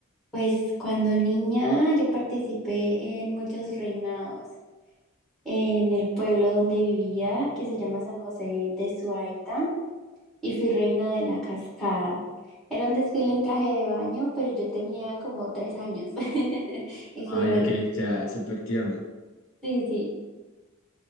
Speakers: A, in the centre; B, on the left.
A: Pues cuando niña yo participé en muchos reinados en el pueblo donde vivía, que se llama San José de Suaita, y fui reina de la cascada. Era un desfile en traje de baño, pero yo tenía como tres años <laughs> y fui
B: Ay,
A: reina.
B: ok, o sea, súper tierna.
A: Sí, sí.